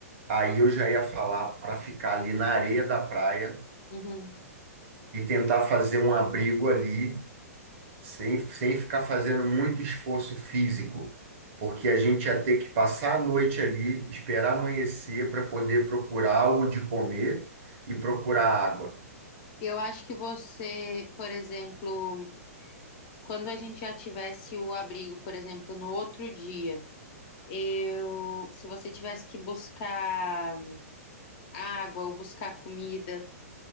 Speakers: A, on the right; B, on the left.
A: aí eu já ia falar para ficar ali na areia da praia
B: Uhum.
A: e tentar fazer um abrigo ali, sem, sem ficar fazendo muito esforço físico, porque a gente ia ter que passar a noite ali, esperar amanhecer para poder procurar algo de comer e procurar água.
B: Eu acho que você, por exemplo, quando a gente já tivesse o abrigo, por exemplo, no outro dia, eu, se você tivesse que buscar água ou buscar comida,